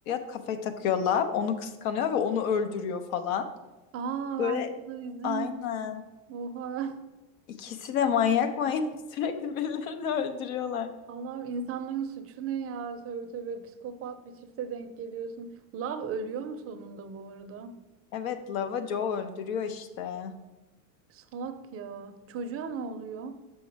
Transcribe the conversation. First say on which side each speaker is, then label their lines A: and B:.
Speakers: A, on the left (about 75°); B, on the right (about 35°).
A: kafayı takıyor Love. Onu kıskanıyor ve onu öldürüyor falan.
B: Aa
A: Böyle
B: ben bunları izlemedim.
A: aynen.
B: Oha.
A: İkisi de manyak manyak <laughs> sürekli birilerini öldürüyorlar.
B: <laughs> Allah'ım insanların suçu ne ya? Tövbe tövbe psikopat bir çifte denk geliyorsun. Love ölüyor mu sonunda bu arada?
A: Evet Lava Joe öldürüyor işte.
B: Salak ya. Çocuğa ne oluyor?